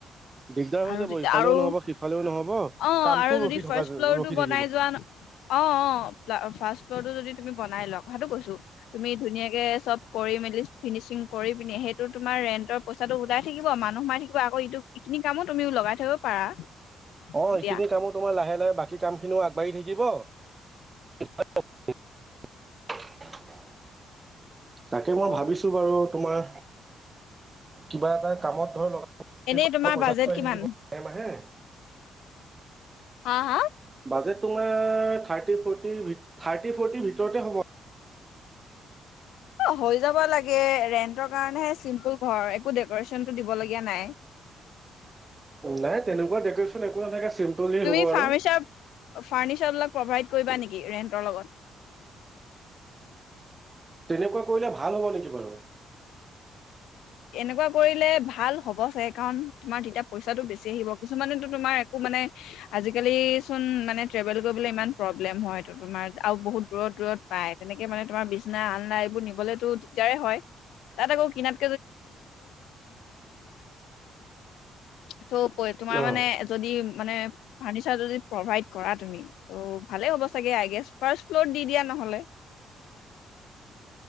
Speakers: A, on the right; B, on the left.
A: দিগদাৰ হৈ
B: আৰু
A: যাব
B: তেতিয়া
A: ইফালেও
B: আৰু
A: নহ'ব সিফালেও নহ'ব
B: অ
A: কামটো
B: আৰু যদি
A: ৰখি থকা
B: ফাৰ্ষ্ট ফ্লৰটো
A: ৰখি
B: বনাই
A: থাকিব
B: যোৱা অ অ ফাৰ্ষ্ট ফ্লৰটো যদি তুমি বনাই ল কথাটো কৈছো তুমি ধুনীয়াক চব কৰি মেলি ফিনিচিং কৰি পি সেইটোত তোমাৰ ৰেন্টৰ পইচাটো ওলাই থাকিব মানুহ সোমাই থাকিব আকৌ ইটো এইখিনি কামো তুমিও লগাই থাকিব পাৰা।
A: অ
B: তেতিয়া
A: এইখিনি কামো তোমাৰ লাহে লাহে বাকী কামখিনিও আগবাঢ়ি থাকিব থাকিব অ তাকে মই
B: অ'
A: ভাবিছো বাৰু তোমাৰ কিবা এটা কামত ধ লগ
B: এনেই তোমাৰ
A: পইচাটো
B: বাজেট
A: আহি
B: কিমান
A: থাকিব মাহে মাহে
B: হা হা
A: বাজেট তোমাৰ থাৰ্টি ফৰ্টি থাৰ্টি ফৰ্টিৰ ভিতৰতে হ'ব।
B: অ হৈ যাব লাগে ৰেণ্টৰ কাৰণেহে চিম্পুল ঘৰ একো ডেক'ৰেশ্যনটো দিবলগীয়া নাই।
A: নাই তেনেকুৱা ডেকৰেশন একো নাথাকে চিম্পলি
B: তুমি
A: হ'ব
B: ফাৰ্নিচাৰ
A: আৰু।
B: ফাৰ্নিচাৰ বিলাক প্ৰভাইড কৰিবা নেকি ৰেন্টৰ লগত
A: তেনেকুৱা কৰিলে ভাল হ'ব নেকি বাৰু
B: এনেকুৱা কৰিলে ভাল হ'ব চাগে কাৰণ তোমাৰ তেতিয়া পইচাটো বেছি আহিব কিছুমানেটো তোমাৰ একো মানে আজিকালিচোন মানে ট্ৰেভেল কৰিবলৈ ইমান প্ৰব্লেম হয় ত তোমাৰ আৰু বহুত দূৰত দূৰত পায় তেনেকে মানে তোমাৰ বিছনা আলনা এইবোৰ নিবলৈতো দিগদাৰে হয় তাত আকৌ কিনাত ত তোমাৰ
A: অ',
B: মানে যদি মানে ফাৰ্ণিচাৰটো যদি প্ৰভাইড কৰা তুমি ত' ভালেই হ'ব চাগে আই গেছ ফাৰ্ষ্ট ফ্ল'ৰত দি দিয়া নহ'লে